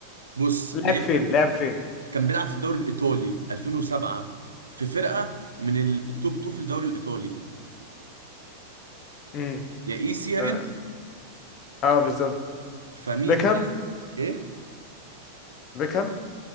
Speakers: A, on the right; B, on the left.
A: بص
B: لعب
A: لعيب
B: فين
A: كان
B: لعب فين
A: كان بيلعب في الدوري الايطالي 2007 في فرقه من ال- التوب 2 في الدوري الايطالي
B: امم
A: يا ايسي يا
B: اه,
A: انتر
B: آه بالظبط
A: فمين
B: بيكهام
A: بقى ايه
B: بيكهام